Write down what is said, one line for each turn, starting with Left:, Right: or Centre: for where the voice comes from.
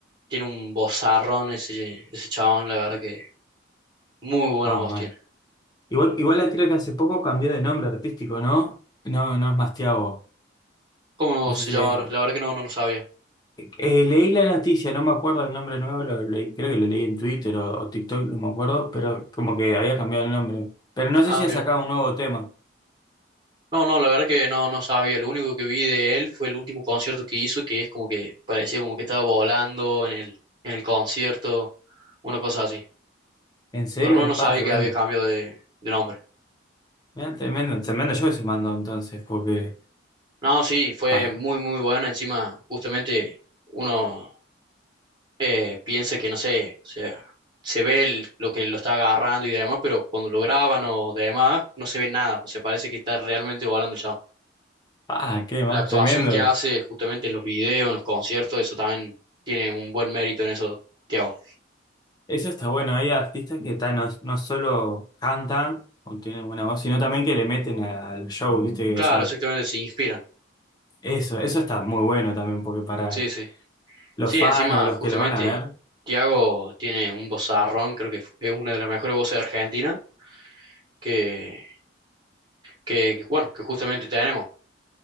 Right: tiene un vozarrón ese, ese chabón, la verdad que muy buena
Left: Ah,
Right: voz tiene.
Left: Igual, igual creo que hace poco cambió de nombre artístico, ¿no? No, no es más Tiago.
Right: ¿Cómo
Left: No sé
Right: se
Left: si
Right: llama
Left: es...
Right: ahora? La verdad que no, no lo sabía.
Left: eh, leí la noticia, no me acuerdo el nombre nuevo, lo leí- creo que lo leí en Twitter o, o TikTok, no me acuerdo, pero como que había cambiado el nombre. Pero no
Right: Ah,
Left: sé si
Right: mira.
Left: ha sacado un nuevo tema.
Right: No, no, la verdad que no, no sabía. Lo único que vi de él fue el último concierto que hizo, que es como que parecía como que estaba volando en el, en el concierto, una cosa así.
Left: ¿En serio?
Right: Pero no, no
Left: Pa,
Right: sabía
Left: tremendo.
Right: que había cambio de, de nombre.
Left: Mirá, tremendo, tremendo yo se mandó entonces, porque...
Right: No, sí, fue
Left: Pa,
Right: muy, muy bueno. Encima, justamente uno eh, piensa que, no sé, o sea, se ve el- lo que lo está agarrando y demás, pero cuando lo graban o demás, no se ve nada. O sea, parece que está realmente volando el chabón.
Left: pa, qué
Right: la
Left: más,
Right: actuación
Left: tremendo.
Right: que hace justamente en los videos, en los conciertos, eso también tiene un buen mérito en eso, Tiago.
Left: Eso está bueno, hay artistas que ta, no, no solo cantan o tienen buena voz, sino también que le meten a- al show, ¿viste?
Right: Claro,
Left: Esas
Right: exactamente, se inspiran.
Left: Eso, eso está muy bueno también, porque para
Right: Sí, sí.
Left: los
Right: Sí,
Left: fans
Right: encima,
Left: o los
Right: justamente,
Left: que los van a ver,
Right: Tiago tiene un vozarrón, creo que fu- es una de las mejores voces de Argentina, que, que bueno, que justamente tenemos.